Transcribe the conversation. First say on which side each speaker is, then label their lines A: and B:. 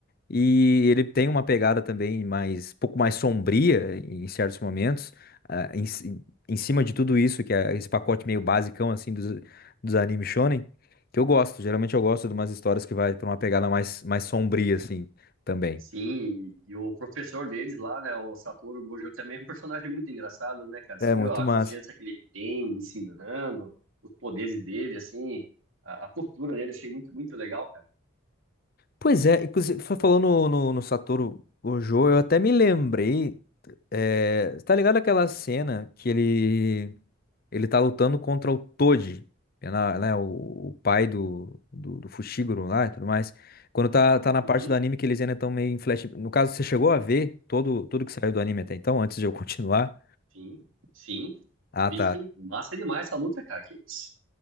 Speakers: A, on the left; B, on the right.
A: e ele tem uma pegada também mais, um pouco mais sombria em certos momentos, ah, em, ci- em cima de tudo isso, que é esse pacote meio basicão, assim, dos, dos animes shonen, que eu gosto, geralmente eu gosto de umas histórias que vai pra uma pegada mais, mais sombria, assim, também.
B: Sim, e e o professor deles lá, né, o Satoru Gojo, também é um personagem muito engraçado, né, cara? Você
A: É
B: viu
A: muito
B: a
A: massa.
B: confiança que ele tem ensinando, os poderes dele, assim, a, a postura dele, achei muito, muito legal, cara.
A: Pois é, inclusive, foi falando no, no, no Satoru Gojo, eu até me lembrei. É, tá ligado aquela cena que ele ele tá lutando contra o Toji, é na- né, o, o pai do, do, do Fushiguro lá e tudo mais. Quando tá, tá na parte
B: Uhum,
A: do anime que eles ainda estão meio em flash. No caso, você chegou a ver todo, tudo que saiu do anime até então, antes de eu <laughs> continuar?
B: sim, sim,
A: Ah,
B: vi
A: tá.
B: sim. Massa demais essa luta, cara, que isso.